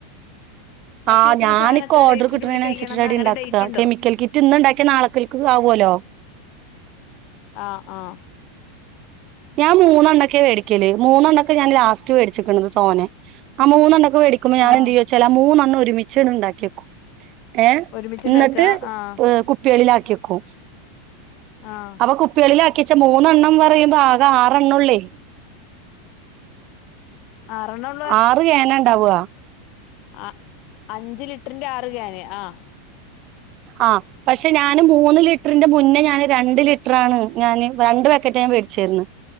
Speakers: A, on the right; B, on the left.
A: ആഹ്
B: വെക്കണ
A: ഞാനിക്ക്‌
B: സാധനം എത്ര
A: ഓഡർ
B: ഡേറ്റിന്റെ
A: കിട്ടുന്നതിനനുസരിച്ചിട്ടാടി
B: ഉള്ളിൽ കഴിയണംന്ന് അങ്ങനെ
A: ഇണ്ടാക്കാ
B: ഡേറ്റ് ഉണ്ടോ
A: കെമിക്കൽ കി റ്റ് ഇന്ന്ണ്ടാക്ക്യാ നാളക്കൽക്ക് ആവോല്ലോ
B: ആഹ് ആഹ്
A: ഞാൻ മൂന്നെണൊക്കെ വേടിക്കല് മൂന്നെണ്ണൊക്കെ ഞാൻ ലാസ്റ്റ് വേടിച്ചിക്ക്ണത് തോനെ ആഹ് മൂന്നെണ്ണൊക്കെ വേടിക്കുമ്പോ ഞാ
B: ആഹ്
A: എന്തയ്യുംച്ചാലാ ആ മൂന്നെണ്ണം ഒരുമിച്ച്ണ്ട് ഇണ്ടാക്ക്യേ ഏഹ്
B: ഒരുമിച്ചുണ്ടാക്ക
A: ഇന്നട്ട്
B: ആഹ്
A: പ് കുപ്പികളിലാക്കി വെക്കും
B: ആഹ്
A: കുപ്പികളിൽ ആക്ക്യേച്ച മൂന്നെണ്ണം പറയുമ്പോ ആകെ ആറെണ്ണ്വൊള്ളേ
B: ആറണ്ണം
A: ആറ് കേനാ ഇണ്ടാവാ
B: അഹ് അഞ്ച് ലിറ്ററിന്റെ ആറ് ക്യാന് ആഹ്
A: ആഹ് പക്ഷെ ഞാന് മൂന്ന് ലി ലിറ്ററിന്റെ മുന്നേ ഞാന് രണ്ട് ലിറ്ററാണ് ഞാന് രണ്ട് പാക്കറ്റാ ഞാൻ വേടിച്ചിര്ന്ന്